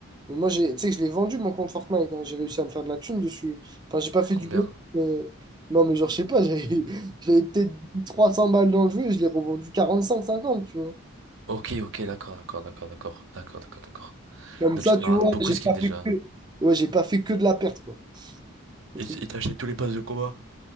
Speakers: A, on the right (about 20°); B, on the right (about 65°).
A: Mais moi, j'ai, tu sais que je l'ai vendu, mon compte Fortnite. hein. J'ai réussi à me faire de la thune dessus. Enfin, j'ai pas fait
B: Combien?
A: du B. mais- Non, mais genre, je sais pas, j'avais <laughs> j'avais peut-être mis 300 balles dans le jeu et je l'ai revendu quarante cinq cinquante tu vois.
B: Ok, ok, d'accord, d'accord, d'accord, d'accord, d'accord, d'accord, d'accord.
A: Comme
B: Donc
A: ça,
B: tu dois
A: tu vois,
B: avoir beaucoup
A: j'ai
B: de
A: pas
B: skins déjà.
A: fait que, ouais, j'ai pas fait que de la perte, quoi.
B: Et
A: Un truc-
B: t- et t'as acheté tous les passes de combat?